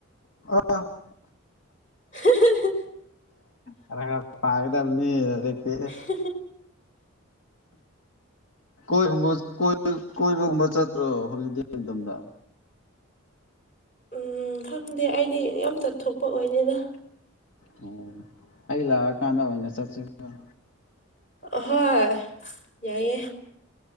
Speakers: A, on the left; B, on the left.
A: <unintelligible>
B: <inaudible>
A: ꯈꯔ ꯈꯔ ꯄꯥꯒꯗꯕꯅꯤ ꯍꯧꯖꯤꯛꯇꯤ
B: <unintelligible>
A: ꯀꯣꯏꯍꯨꯝꯕ ꯀꯣꯏ ꯀꯣꯏꯕꯒꯨꯝꯕ ꯆꯠꯇ꯭ꯔꯣ ꯍꯣꯂꯤꯗꯦ ꯃꯇꯝꯗ
B: ꯎꯝ ꯈꯪꯗꯦ ꯑꯩꯗꯤ ꯌꯥꯝ ꯆꯠꯊꯣꯛꯄ ꯑꯣꯏꯗꯦꯗ
A: ꯑꯣ ꯑꯩ ꯂꯥꯛꯑ ꯀꯥꯟꯗ ꯑꯣꯏꯅ ꯆꯠꯁꯦ ꯑ
B: ꯑꯍꯣꯏ ꯌꯥꯏꯌꯦ